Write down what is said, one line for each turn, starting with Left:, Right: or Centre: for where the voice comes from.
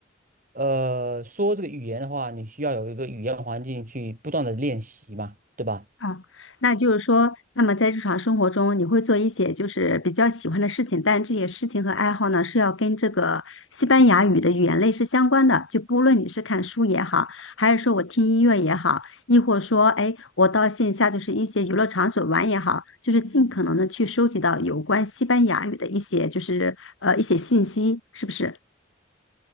Right: 呃，说这个语言的话，你需要有一个语言环境去不断的练习嘛，对吧？
Left: 啊，那就是说，那么在日常生活中，你会做一些就是比较喜欢的事情，但这些事情和爱好呢，是要跟这个西班牙语的语言类是相关的。就不论你是看书也好，还是说我听音乐也好，亦或说，哎，我到线下就是一些娱乐场所玩也好，就是尽可能的去收集到有关西班牙语的一些就是呃一些信息，是不是？